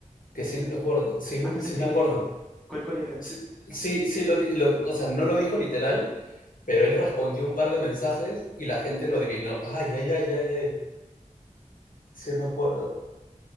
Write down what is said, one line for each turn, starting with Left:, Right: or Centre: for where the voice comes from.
Left: que sí me acuerdo, sí,
Centre: Ah, no sé
Left: sí
Centre: si
Left: me
Centre: lo
Left: acuerdo.
Centre: dijo. ¿Cuál, cuál era?
Left: Sí, sí, sí lo, di- lo- o sea, no lo dijo literal, pero él respondió un par de mensajes y la gente lo adivinó. Ay, ay, ay, ay, ay, sí me acuerdo.